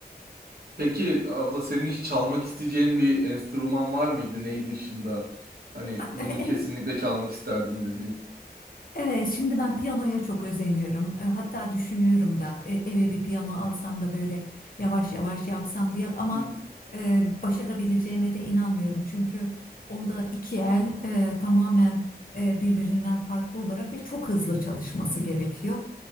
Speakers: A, on the right; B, on the left.
A: Peki abla senin hiç çalmak isteyeceğin bir enstrüman var mıydı? Neyi dışında? Hani
B: A-
A: bunu
B: Evet,
A: kesinlikle çalmak isterdim dediğin.
B: evet. Şimdi ben piyanoya çok özeniyorum. E, Hatta düşünüyorum da e, eve bir piyano alsam da böyle yavaş yavaş yapsam diye. Ama
A: Hmm,
B: e, başarabileceğime de inanmıyorum. Çünkü onda iki el e, tamamen e, birbirinden farklı olarak ve çok hızlı çalışması gerekiyor.